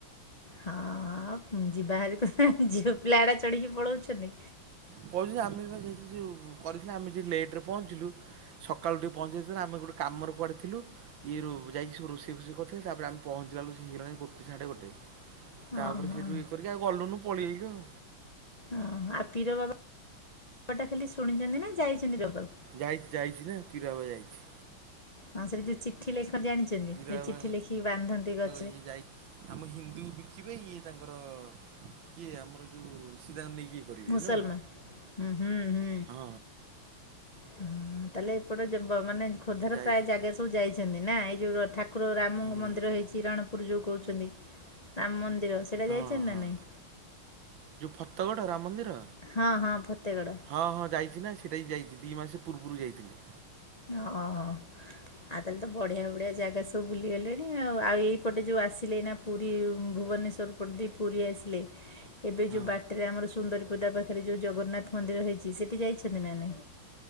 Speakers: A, on the left (about 45°); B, on the right (about 70°).
A: ହଁ ଯିବା ହୋରି କ ଝିଅ ପିଲା ଏଡା ଚଢିକି ପଳଉଛନ୍ତି
B: <unintelligible> କରିଥିଲେ ଆମେ ଯିଏ ଲେଟ ପହଞ୍ଚିଲୁ ସକାଳୁ ଉଠି ପହଞ୍ଚିଯାଇ ଦେଇଥିଲୁ ଆମେ ଗୋଟେ କାମର କୁଆଡେଥିଲୁ ଇଏରୁ ଯାଇକି ସବ ରୋଷେଇ ଫୋଷଇ କରିଥିଲେ ତାପରେ ଆମେ ପହଞ୍ଚଲରୁ ହେଇଗଲାଣି ଗୋଟେ ସାଢ଼େ ଗୋଟେ
A: ହଁ
B: ତାପରେ
A: ହଁ
B: ସେଇଠୁ ଇଏ କରିକିଉ ଗଲୁନୁ ପଳେଇ ଆଇଲୁ ଆଉ
A: ହଁ ଆପିର ବାବାଟା ଖାଲି ଶୁଣିଛନ୍ତି ନା ଯାଇଛନ୍ତିରବାବ
B: ଯାଇଛି ଯାଇଛି ନା ପିରା ଭବା ଯାଇଛି।
A: ହଁ ସେଠି ଯୋଉ ଚିଠି ଲେଖ ଜାଣିଛନ୍ତି
B: ପିରା
A: ଯୋଉ
B: ବାବା
A: ଚିଠି ଲେଖିକି ବାନ୍ଧନ୍ତି ଗ
B: ଇଏ ଯାଇକି ଆମ ହିନ୍ଦୁ ବିକିବେ ଇଏ ତାଙ୍କର କିଏ ଆମର ଯୋଉ ସିରାମ ନେଇକିଏ କରିବେ
A: ମୁସଲମାନ
B: ନୁହ
A: ହୁଁ ହୁଁ ହୁଁ
B: ହଁ
A: ହଁ ତାହେଲେ ଏପଟେ ଯ ମାନେ ଖୋର୍ଦ୍ଧାରେ
B: ଯାଇଛି
A: ପ୍ରାୟ ଜାଗା ସବୁ ଯାଇଛନ୍ତି ନା ଏଇ ଯୋଉ ଠାକୁର ଠାକୁର ରାମଙ୍କ
B: ହୁଁ
A: ମନ୍ଦିର ହେଇଛି ରଣପୁର ଯଉ କହୁଛନ୍ତି ରାମ ମନ୍ଦିର ସେଇଟା
B: ହଁ
A: ଯାଇଛନ୍ତି
B: ହଁ।
A: ନା ନାହିଁ
B: ଯୋଉ ଫତଗଡ ରାମ ମନ୍ଦିର
A: ହଁ ହଁ ଫତେଗଡ଼
B: ହଁ ହଁ ଯାଇଛି ନା ଦେଇ ଯାଇଥିଲି ଦୁଇ ମାସ ପୂର୍ବରୁ ଯାଇଥିଲି।
A: ହ ହ ଆଉ ତାହେଲେ ତ ବଢିଆ ବଢିଆ ଜାଗା ସବୁ ବୁଲିଗଲେଣି ଆଉ ଆଉ ଏଇପଟେ ଯୋଉ ଆସିଲେ ନା ପୁରୀ ଭୁବନେଶ୍ୱର ପଟଦି ପୁରୀ ଆସିଲେ ଏବେ
B: ହଁ
A: ଯୋଉ ବାଟରେ ଆମର ସୁନ୍ଦରୀପଦା ପାଖରେ ଯଉ ଜଗନ୍ନାଥ ମନ୍ଦିର ହେଇଛି ସେଠି ଯାଇଛନ୍ତି ନା ନାଇଁ